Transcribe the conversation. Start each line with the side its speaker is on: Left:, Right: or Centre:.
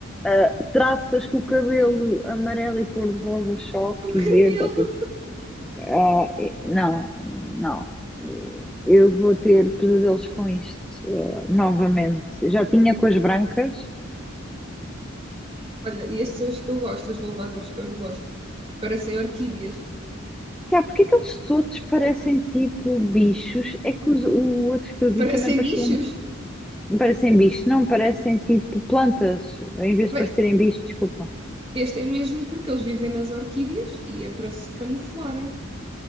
Centre: ah, traças com o cabelo amarelo e cor-de-rosa choque
Right: Com o cabelo.
Centre: e verde, ok? Ah, e- não, não. E Eu vou ter pesadelos com isto, ah, novamente. Já tinha com as brancas.
Right: Olha, e estes são os que eu gosto, os louvadeus que eu gosto. Parecem orquídeas.
Centre: Já, porque é que eles todos parecem tipo bichos? É que os, o outro que eu vi
Right: Parecem
Centre: também parecia
Right: bichos.
Centre: um, parecem bichos, não, parecem tipo plantas, em vez
Right: Bem,
Centre: de parecerem bichos, desculpa.
Right: este é mesmo porque eles vivem nas orquídeas e é para se camuflarem.